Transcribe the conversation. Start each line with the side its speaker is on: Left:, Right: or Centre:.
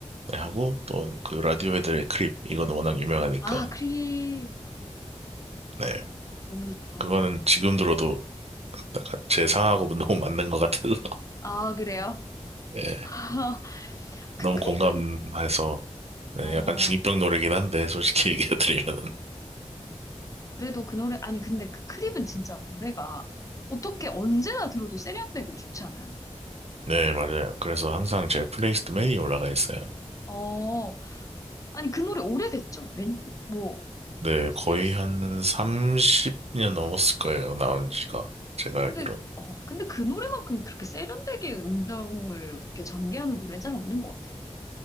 Right: 네, 하고, 또 그 라디오헤드의 크립. 이거는 워낙 유명하니까.
Left: 아, 크림.
Right: 네.
Left: 너무 좋죠,
Right: 그거는
Left: 크림.
Right: 지금 들어도 약간 제 상하고 <laughs> 너무 맞는 것 같아서.
Left: 아, 그래요?
Right: 예.
Left: <laughs> 그
Right: 너무
Left: 크림은,
Right: 공감해서. 네,
Left: 어,
Right: 약간 중이병 노래긴 한데, 솔직히 <laughs> 얘기해드리면은.
Left: 그래도 그 노래, 아니, 근데 그 크림은 진짜 노래가 어떻게 언제나 들어도 세련되고 좋지 않아요?
Right: 네, 맞아요. 그래서 항상 제 플레이리스트 맨이 올라가 있어요.
Left: 어, 아니, 그 노래 오래됐죠? 맨, 뭐,
Right: 네,
Left: 셀,
Right: 거의 한 30년 넘었을 거예요, 나온 지가. 제가
Left: 근데,
Right: 알기로는.
Left: 어, 근데 그 노래만큼 그렇게 세련되게 음정을 이렇게 전개하는 노래는 잘 없는 것 같아요.